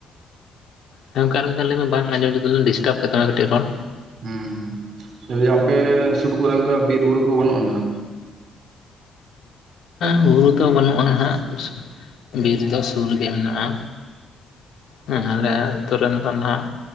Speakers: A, on the left (about 70°); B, on the right (about 55°).
A: ᱦᱮ ᱜᱚᱝᱠᱮ ᱟᱨ ᱢᱤᱫᱫᱷᱟᱣ ᱞᱟᱹᱭ ᱢᱮ ᱵᱟᱝ ᱟᱸᱡᱚᱢ ᱡᱚᱫ ᱰᱤᱥᱴᱟᱵ ᱠᱮᱫ ᱛᱟᱢᱟ ᱠᱟᱹᱴᱤᱡ ᱨᱚᱲ
B: ᱦᱮᱸ ᱟᱯᱮ ᱥᱩᱨ ᱠᱚᱨᱮ ᱚᱱᱠᱟ ᱵᱤᱨ ᱵᱩᱨᱩ ᱠᱚ ᱵᱟᱹᱱᱩᱜ ᱟᱱᱟ
A: ᱵᱩᱨᱩ ᱫᱚ ᱵᱟᱹᱱᱩᱜ-ᱟ ᱦᱟᱸᱜ ᱵᱤᱨ ᱫᱚ ᱥᱩᱨ ᱨᱮ ᱜᱮ ᱢᱮᱱᱟᱜ-ᱟ ᱦᱮᱸ ᱟᱞᱮ ᱟᱹᱛᱳ ᱨᱮᱱ ᱫᱚ ᱱᱟᱦᱟᱜ